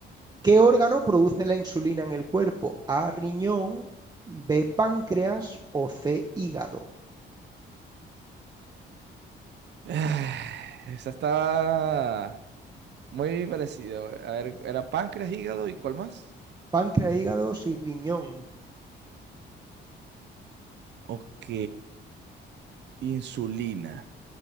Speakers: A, on the right; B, on the right.
A: ¿qué órgano produce la insulina en el cuerpo? A, riñón, B, páncreas o C, hígado.
B: Ah, Esa está muy parecida. A ver, era páncreas, hígado y ¿cuál más?
A: Páncreas, hígado, sí, riñón.
B: Ok, insulina.